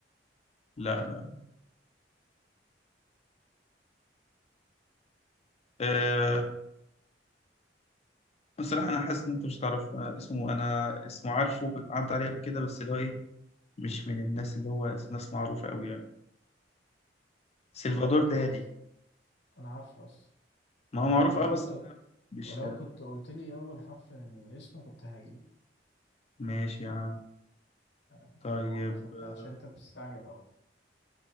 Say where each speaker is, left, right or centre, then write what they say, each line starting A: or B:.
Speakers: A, on the left (about 35°); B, on the left (about 75°).
A: لا لا أه بصراحه انا حاسس ان انت مش تعرفه أنا اسمه انا اسمه عارفه عدى عليه قبل كده بس اللي هو ايه مش من الناس اللي هو ناس معروفه قوي يعني سلفادور
B: طب اول
A: دالي
B: حرف انا عارفه بس
A: ما هو معروف
B: ولو
A: اه بس
B: كنت
A: فاهم مش
B: ولو كنت قلت لي اول حرف من اسمه كنت هجيب
A: ماشي يا عم
B: انا
A: طيب
B: بعرفك
A: آه،
B: يعني عشان انت بتستعجل قوي